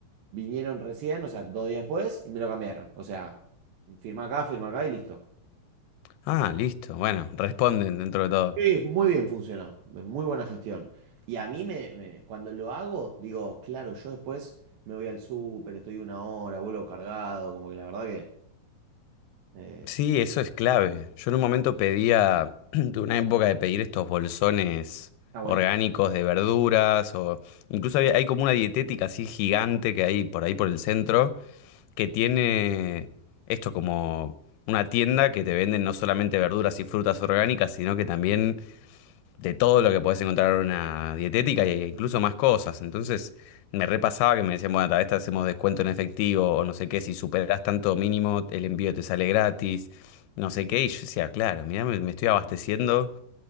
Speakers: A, on the right (about 75°); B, on the left (about 90°).
A: Vinieron recién, o sea, dos días después, y me lo cambiaron. O sea, firma acá, firma acá y listo.
B: Ah, listo. Bueno, responden dentro de todo.
A: Sí, muy bien funcionó, muy buena gestión. Y a mí, me, me- cuando lo hago, digo, claro, yo después me voy al súper, estoy una hora, vuelvo cargado, como que la verdad que eh,
B: Sí, eso es clave. Yo en un momento pedía, <clears throat> tuve una época de pedir estos bolsones
A: está buenísimo.
B: orgánicos de verduras o incluso había- hay como una dietética así gigante que hay por ahí por el centro que tiene esto como una tienda que te venden no solamente verduras y frutas orgánicas, sino que también de todo lo que podés encontrar en una dietética e incluso más cosas. Entonces me repasaba que me decían, bueno, tal vez te hacemos descuento en efectivo o no sé qué, si superás tanto mínimo, el envío te sale gratis, no sé qué. Y yo decía, claro, mirá, me, me estoy abasteciendo